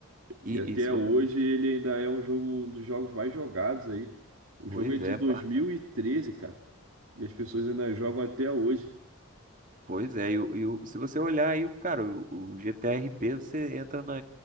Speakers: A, on the right; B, on the right.
A: E
B: E até
A: isso,
B: hoje ele ainda é um jogo, um dos jogos mais jogados aí. O
A: pois
B: jogo é de
A: é,
B: dois
A: marca
B: mil e treze cara. E as pessoas ainda jogam até hoje.
A: Pois é, e, o, e o- se você olhar aí, o- cara, o, o GTRP, você entra na,